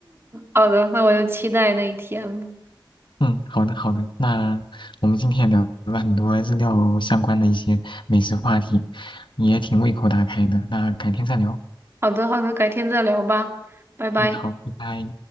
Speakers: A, on the right (about 30°); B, on the left (about 70°).
A: 好的，那我就期待那一天吧。
B: 嗯，好的好的，那我们今天也聊了很多日料相关的一些美食话题，也挺胃口大开的。那改天再聊。
A: 好的，好的，改天再聊吧，拜拜。
B: 嗯，好，拜拜。